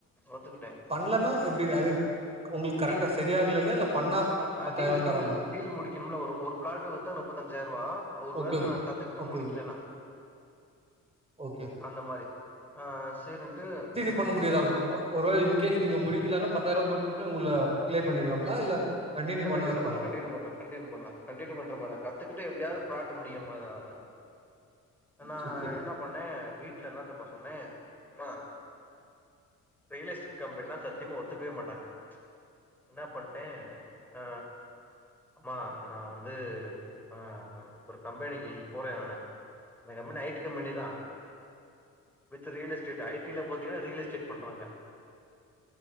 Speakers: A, in the centre; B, on the right.
A: ஒத்துக்கிட்டே
B: இல்லனா எப்பிடி வேவின் உங்களுக்கு கரெக்டா
A: டீல்
B: சரியாகலையா இல்ல பண்ணா
A: அ ஆ
B: பத்தாயிரூவா
A: டீல் டீல்
B: தரானா
A: டீல் முடிக்கணும்னு ஒரு பிளாட் வித்தா முப்பத்தஞ்சாயிரம் ரூவா ஒரு
B: ஓகே
A: வேலை
B: ஓகே
A: நா கத்து ட்டு
B: ஓகே
A: முடிக்கலனா
B: ஓகே ஓகே ஓகே
A: அந்த மாறி ஆ சரின்ட்டு
B: புக் பண்ண முடியதா ஒ ஒ ஒரு வேல இன்கேஸ் நீங்க முடிக்கலன்னா பத்தாயிர்வா குடுத்துட்டு உங்கள கிளே பண்ணிருவாங்ளா இல்ல கண்டினியூ
A: இல்ல
B: பண்ண
A: கன்டினு
B: வைப்பாங்களா
A: பண்லா கன்டினு பண்லா கண்டினு பண்லா கன்டின்டு பண்ற மாதா கத்துகிட்டு எப்டியாவ் பாக்க முடியும் மொத ஆள நா
B: சரி
A: என்ன பண்ணே வீட்ல என்ன தெரிமா சொன்னே மா ரியல் எஸ்டேட் கம்பெனினா சத்தியமா ஒத்துக்கவே மாட்டாங்க என்ன பண்ட்டே ஆ அம்மா நா வந்து ஆ ஒரு கம்பெனிக்கு போறே நானு இந்த கம்பெனி ஐ டி கம்பெனி தா with real estate I T ல பாத்தீங்னா ரியல் எஸ்டேட் பண்றாங்க